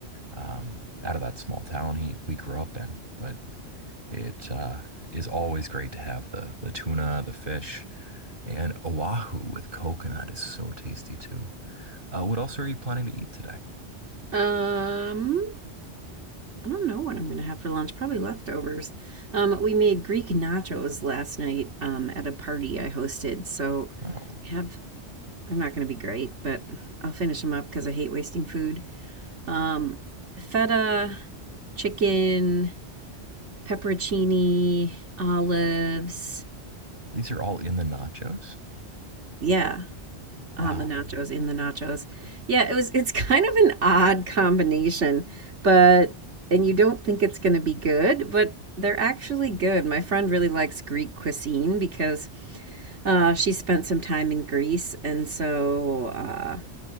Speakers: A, on the right; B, on the right.
A: um, out of that small town he we grew up in. But it uh, is always great to have the the tuna, the fish, and Oahu with coconut is so tasty too. Uh, what else are you planning to eat today?
B: Um, I don't know what I'm gonna have for lunch. Probably leftovers. Um, we made Greek nachos last night, um, at a party I hosted, so.
A: Oh,
B: We have They're not going to be great, but I'll finish them up because I hate wasting food. Um, feta, chicken, pepperoncini, olives.
A: these are all in the nachos.
B: Yeah,
A: Wow.
B: on the nachos, in the nachos. Yeah, it was. It's kind of an odd combination, but and you don't think it's going to be good, but they're actually good. My friend really likes Greek cuisine because uh, she spent some time in Greece, and so uh,